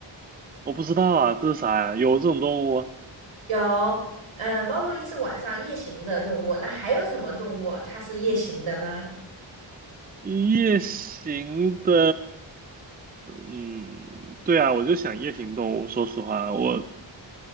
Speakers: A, on the right; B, on the right.
A: 我不知道啊，这是啥呀？有这种动物？
B: 有，嗯，猫头鹰是晚上夜行的动物，那还有什么动物它是夜行的呢？
A: 夜行的，嗯，对啊，我就想夜行动物。说实话，我